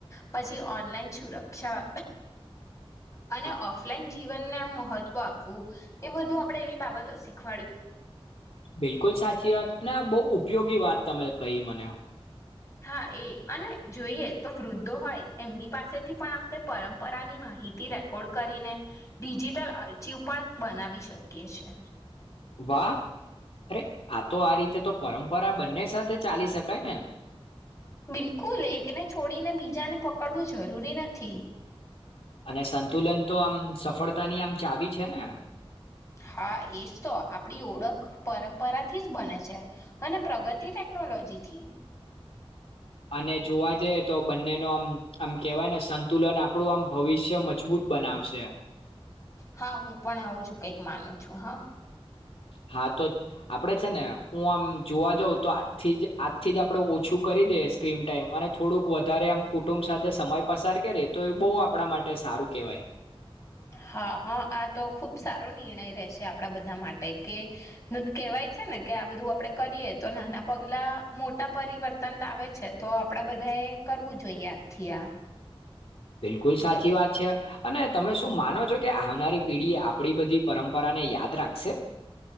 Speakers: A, on the left; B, on the left.
A: પછી ઓનલાઈન સુરક્ષા અને
B: હા
A: ઓફલાઈન જીવનને આમ મહત્વ આપવું એ બધું આપડે એવી બાબતો શીખ
B: બિલકુલ સાચી વાત ના બહુ ઉપયોગી વાત તમે કહી મને.
A: હા એ અને જોઈએ તો વૃદ્ધો હોય એમની પાસેથી પણ આપણે પરંપરાની માહિતી રેકોર્ડ કરીને ડિજિટલ અરચીવ પણ બનાવી શકીએ છે.
B: વાહ અરે આ તો આ રીતે તો પરંપરા બંને સાથે ચાલી શકાય ને.
A: બિલકુલ. એકને છોડીને બીજાને પકડવું જરૂરી નથી.
B: અને સંતુલન તો આમ સફળતાની આમ ચાવી છે ને.
A: હા એજ તો આપણી ઓળખ પરંપરાથી જ બને છે અને પ્રગતિ ટેકનોલોજીથી.
B: અને જોવા જઈએ તો બંનેનો આમ આમ કેહેવાય ને સંતુલન આપણું આમ ભવિષ્ય મજબૂત બનાવશે.
A: હા હું પણ આવું જ કંઈક માનું છું હા.
B: હા તો આપડે છે ને હું આમ જોવા જઉં તો આથી જ આજથી જ આપડે ઓછું કરી દે સ્ક્રીન ટાઈમ અને થોડુંક વધારે આમ કુટુંબ સાથે સમય પસાર કરે તો એ બહ આપણા માટે સારું કેહેવાય.
A: હા હા આ તો ખુબ સારો નિર્ણય રહેશે આપડા બધા માટે કે કેહેવાય છે ને કે આ બધું આપડણે કરીએ તો નાના પગલા મોટા પરિવર્તન લાવે છે તો આપડા બધા એ કરવું જોઈએ આજથી આ.
B: બિલકુલ સાચી વાત છે. અને તમે શું માનો છો કે આવનારી પેઢી આપણી બધી પરંપરાને યાદ રાખશે.